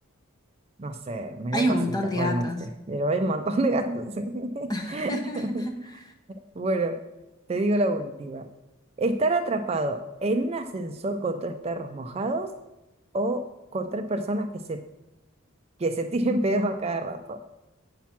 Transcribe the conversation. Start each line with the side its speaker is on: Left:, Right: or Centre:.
Right: no sé, me
Left: Hay
Right: da cosita,
Left: un montón de
Right: pobre
Left: gatos.
Right: Matute. Pero hay un montón de gatos.
Left: <laughs>
Right: <laughs> Bueno, te digo la última. ¿Estar atrapado en un ascensor con tres perros mojados o con tres personas que se, que se <laughs> tiren pedos a cada rato?